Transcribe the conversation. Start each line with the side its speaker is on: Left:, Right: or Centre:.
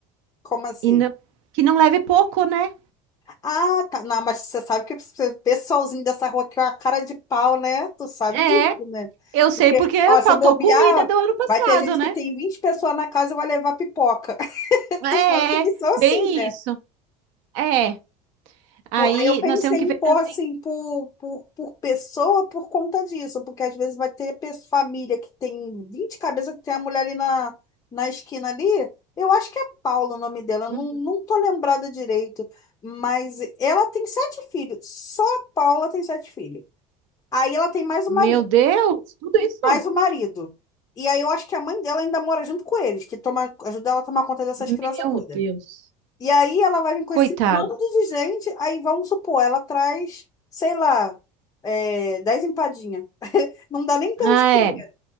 Left: Como assim?
Right: e não- que não leve pouco, né?
Left: Ah, tá. Não, mas você sabe que o pessoalzinho dessa rua aqui é uma cara de pau, né? Tu sabe
Right: É,
Left: disso, né?
Right: eu sei
Left: Porque,
Right: porque
Left: ó, se
Right: faltou
Left: bobear,
Right: comida do ano passado,
Left: vai ter gente
Right: né?
Left: que tem 20 pessoas na casa e vai levar pipoca. <laughs>
Right: É,
Left: Tu sabe que eles são assim,
Right: bem
Left: né?
Right: isso. É. Aí
Left: Pô, Aí eu pensei
Right: nós temos que
Left: em
Right: ver
Left: pôr
Right: também.
Left: assim por, por, por pessoa por conta disso, porque às vezes vai ter pe- família que tem 20 cabeças, que tem a mulher ali na, na esquina ali. Eu acho que é Paula o nome dela, não,
Right: Uhum.
Left: não tô lembrada direito, mas ela tem sete filhos, só a Paula tem sete filhos. Aí ela tem mais o
Right: Meu
Left: marido,
Right: Deus, tudo isso?
Left: mais o marido. E aí eu acho que a mãe dela ainda mora junto com eles, que toma, ajuda ela a tomar conta dessas
Right: Meu
Left: crianças todas.
Right: Deus.
Left: E aí ela vai vir com
Right: Coitado.
Left: esse bando de gente, aí vamos supor, ela traz, sei lá, é, 10 empadinhas. Não dá nem pra
Right: Ah,
Left: gente comer,
Right: é.